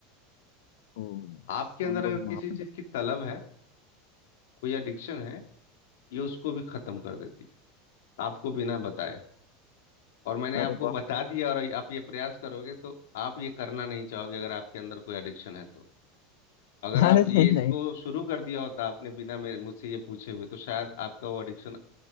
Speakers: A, on the left (about 75°); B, on the left (about 90°).
A: ओ
B: आपके
A: शांभवी
B: अंदर अगर किसी
A: महामुद्रा
B: चीज की तलब है कोई एडिक्शन है ये उसको भी खत्म कर देती है आपको बिना बताए और मैंने
A: अरे
B: आपको
A: वाह
B: बता दिया और आप ये प्रयास करोगे तो आप ये करना नहीं चाहोगे अगर आपके अंदर कोई एडिक्शन है तो अगर
A: <laughs>
B: आप
A: अरे
B: ये
A: नहीं
B: इसको
A: नहीं
B: शुरू कर दिया होता आपने बिना मेरे मुझसे ये पूछे हुए तो शायद आपका वो एडिक्शन